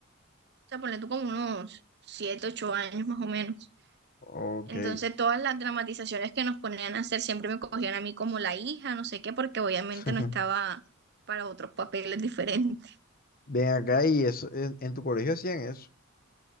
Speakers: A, on the right; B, on the left.
A: O sea, ponle tú como unos 7 8 años más o menos.
B: Ok.
A: Entonces todas las dramatizaciones que nos ponían a hacer siempre me cogían a mí como la hija, no sé qué, porque obviamente
B: <laughs>
A: no estaba para otros papeles <laughs> diferentes.
B: Ven acá y eso, en, en tu colegio hacían eso.